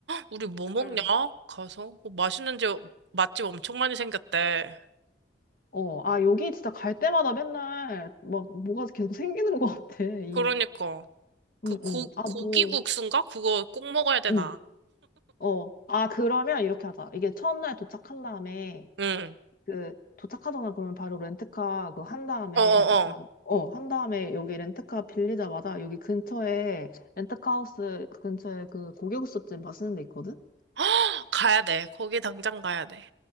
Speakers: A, on the right; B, on the left.
A: 우리 뭐 먹냐?
B: 음.
A: 가서. 어, 맛있는 집, 맛집 엄청 많이 생겼대.
B: 어, 아, 여기 진짜 갈 때마다 맨날, 막, 뭐가 계속 생기는 것 같아. 이,
A: 그러니까. 그
B: 응응
A: 고,
B: 아,
A: 고기
B: 뭐,
A: 국수인가? 그거 꼭 먹어야 되나?
B: 응 어. 아, 그러면 이렇게 하자. 이게 첫날 도착한 다음에,
A: 응.
B: 그 도착하자마자 그러면 바로 렌트카 그 한 다음에
A: 어어어.
B: 렌트카 어 한 다음에 여기 렌트카 빌리자마자 여기 근처에 렌트카 하우스 그 근처에 그 고기국수집 맛있는 데 있거든?
A: 헉, <gasps> 가야 돼. 거기 당장 가야 돼.